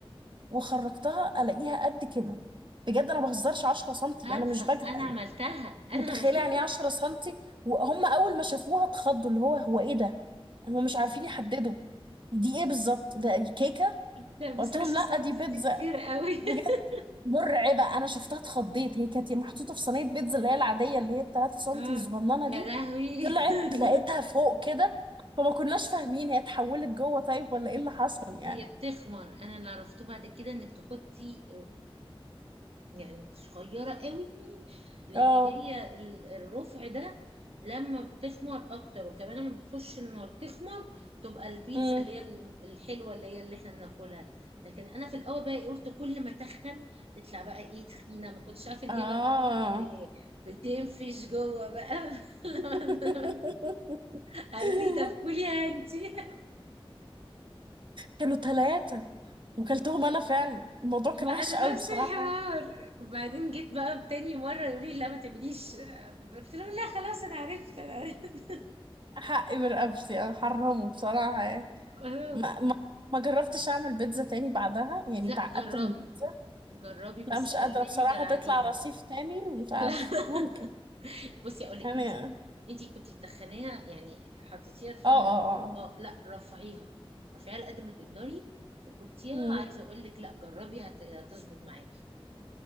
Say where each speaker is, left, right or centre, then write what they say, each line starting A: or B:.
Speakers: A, on the right; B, on the right.
A: وخرجتها الاقيها قد كده بجد انا بهزرش 10 سنتي
B: عارفه
A: انا مش بجد
B: انا
A: يعني
B: عملتها انا
A: متخيله
B: عملتها
A: يعني ايه 10 سنتي وهم اول ما شافوها اتخضوا اللي هو هو ايه ده هم مش عارفين يحددوا دي ايه بالظبط ده كيكه
B: <laughs> لا بس
A: قلت
B: 10
A: لهم لا
B: سنتي
A: دي بيتزا
B: دي كتير قوي
A: بجد
B: <laughs>
A: مرعبه انا شفتها اتخضيت هي كانت محطوطه في صينيه بيتزا اللي هي العاديه اللي هي ال 3 سنتي
B: اه
A: الصغننه
B: يا
A: دي
B: لهوي
A: طلعت لقيتها
B: <laughs>
A: فوق كده فما كناش فاهمين هي اتحولت جوه طيب ولا ايه اللي حصل يعني
B: هي بتخمر انا اللي عرفته بعد كده انك تحطي يعني صغيرة قوي لأن
A: اه
B: هي ال- الرفع ده لما بتخمر أكتر وكمان لما بتخش النار تخمر تبقى البيتزا
A: امم
B: اللي هي الم- الحلوة اللي هي اللي احنا بناكلها لكن أنا في الأول بقى إيه، قلت كل ما تخن تطلع بقى إيه تخينة ما كنتش عارفة إن
A: اه
B: هي بقى ب- بتنفش جوه بقى <laughs> لما
A: <laughs>
B: أنا- قالوا لي طب كليها انتي
A: كانوا ثلاثة وكلتهم انا فعلا الموضوع كان
B: ما
A: وحش
B: انا
A: قوي
B: نفس
A: بصراحه
B: الحوار
A: يعني
B: وبعدين جيت بقى تاني مره يقول لي لا ما تعمليش قلت له لا خلاص انا عرفت انا عرفت <laughs>
A: حقي برقبتي انا حرمه بصراحه يعني
B: آه.
A: ما ما ما جربتش اعمل بيتزا تاني بعدها يعني
B: لا
A: اتعقدت
B: جربي
A: من البيتزا
B: جربي بس
A: لا مش
B: قللي
A: قادره بصراحه
B: من العجينه
A: تطلع رصيف تاني مش عارف
B: لا
A: ممكن
B: <laughs> بصي اقول لك
A: يعني
B: انت
A: اه
B: انت كنت تخنيها يعني حطيتيها تخينه
A: اه اه
B: اه لا رفعيها رفعيها على قد ما تقدري وحطيها
A: امم
B: عايزه اقول لك لا جربي هت- هتظبط معاكي